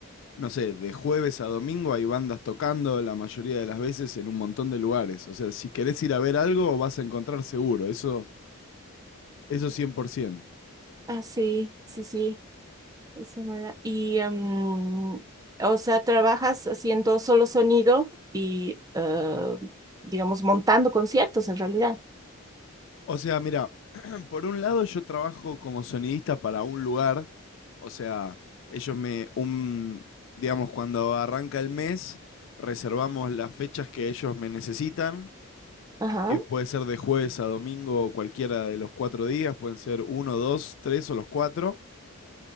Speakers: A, on the left (about 55°); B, on the right (about 15°).
A: no sé, de jueves a domingo hay bandas tocando la mayoría de las veces en un montón de lugares. O sea, si querés ir a ver algo, vas a encontrar seguro. Eso, eso 100%.
B: Ah, sí, sí, sí, eso me da- Y, em, o sea, trabajas haciendo solo sonido y, eh, digamos, montando conciertos en realidad.
A: O sea, mira, <clears throat> por un lado yo trabajo como sonidista para un lugar. O sea, ellos me, un, digamos, cuando arranca el mes, reservamos las fechas que ellos me necesitan.
B: Ajá.
A: Que puede ser de jueves a domingo o cualquiera de los cuatro días, pueden ser uno, dos, tres o los cuatro.